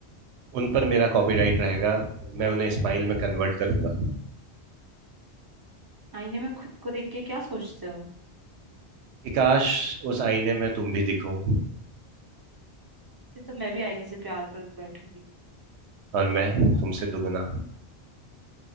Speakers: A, on the right; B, on the right.
A: उन पर मेरा कॉपीराइट रहेगा मैं उन्हें स्माइल में कन्वर्ट करूंगा
B: आईने में खुद को देख के क्या सोचते हो
A: कि काश उस आईने में तुम भी दिखो
B: फिर तो मैं भी आईने से प्यार कर बैठूंगी
A: और मैं तुमसे दुगना